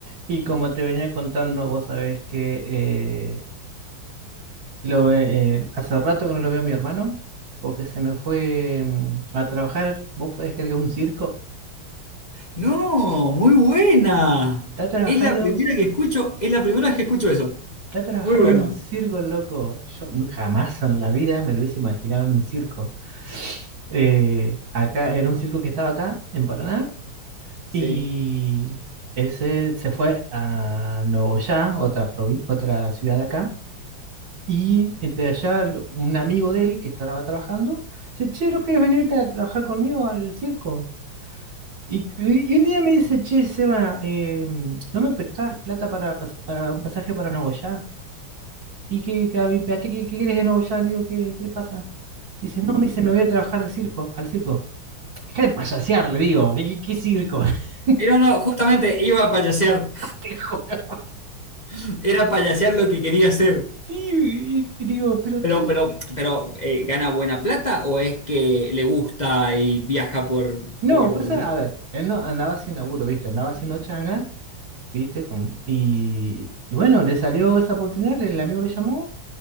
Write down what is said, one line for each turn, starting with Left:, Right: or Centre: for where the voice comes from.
Right: Y como te venía contando, vos sabés que eh, lo, ve- eh, hace rato que no lo veo a mi hermano, porque se me fue mm, a trabajar. ¿Vos podés creer que a un circo?
Left: No, muy buena.
Right: Está trabajando,
Left: Es la primera que escucho, es la primera vez que escucho eso.
Right: está trabajando
Left: Muy bueno.
Right: en un circo, loco. Yo nu- jamás en la vida me lo hubiese imaginado en un circo. Eh, acá era un circo que estaba acá, en Paraná,
Left: Sí.
Right: y ese se fue a Nogoyá, otra, provi- otra ciudad de acá Y eh, de allá, lo- un amigo de él que estaba trabajando, dice, che, ¿no querés venirte a trabajar conmigo al circo? Y, y un día me dice, che, Seba, eh, ¿no me prestás plata para, pas- para un pasaje para Nogoyá? ¿Y qué, qué, a qué, qué, qué querés ir a Nogoyá? Le digo, ¿qué, qué le pasa? Dice, no, me dice, me voy a trabajar de circo, al circo. Deja de payasear, le digo, ¿qué, qué- qué circo? <laughs>
Left: Era no, justamente iba a payasear.
Right: Te juro.
Left: <laughs> Era payasear lo que quería hacer.
Right: Sí, y, y digo, ¿pero
Left: Pero,
Right: qué?
Left: pero, pero, eh, ¿gana buena plata o es que le gusta y viaja por,
Right: No,
Left: por...
Right: pasa, a ver, él no andaba sin laburo, ¿viste? Andaba haciendo changa ¿Viste? Con- y, y bueno, le salió esa oportunidad, el amigo le llamó,